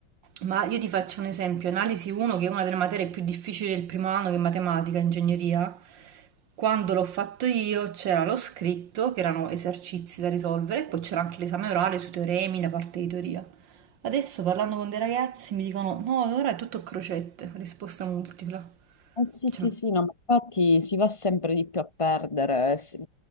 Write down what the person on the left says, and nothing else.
Eh sì,
sì, sì, no, ma infatti si va sempre di più a perdere, eh, si-